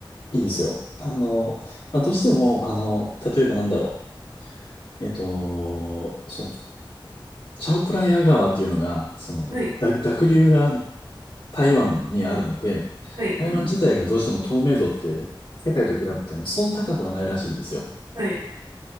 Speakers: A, on the left; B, on the right.
A: いいですよ。あの、まあ、どうしても、あの、例えばなんだろう。えっと、そう、チャオプラヤ川っていうのが、その、
B: はい、
A: だ濁流が台湾にあるので、
B: はい、
A: 台湾自体がどうしても透明度って世界と比べてもそう高くはないらしいんですよ。
B: はい。